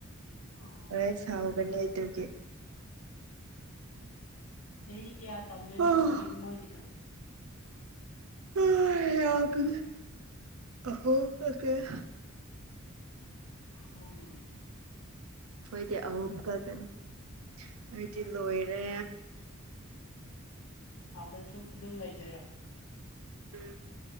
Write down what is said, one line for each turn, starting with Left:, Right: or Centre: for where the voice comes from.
Left: ꯑꯥ
Right: ꯍꯣꯔꯦꯟ ꯁꯥꯎꯕꯅꯦ ꯑꯗꯨꯒꯤ
Left: ꯆꯍꯤ ꯀꯌꯥ ꯇꯝꯗꯣꯏꯅꯣ
Right: ꯑꯍꯨꯝ
Left: ꯃꯣꯏꯒꯤꯗꯣ
Right: <unintelligible>
Left: ꯑꯍꯨꯝ
Right: ꯑꯈꯣꯏꯗꯤ ꯑꯍꯨꯝ ꯈꯛꯇꯥꯅꯤ ꯅꯣꯏꯗꯤ ꯂꯣꯏꯔꯦ
Left: ꯐꯥꯜꯗꯥ ꯁꯨꯝ ꯑꯗꯨꯝ ꯂꯩꯗꯣꯏꯔꯣ
Right: ꯎꯝ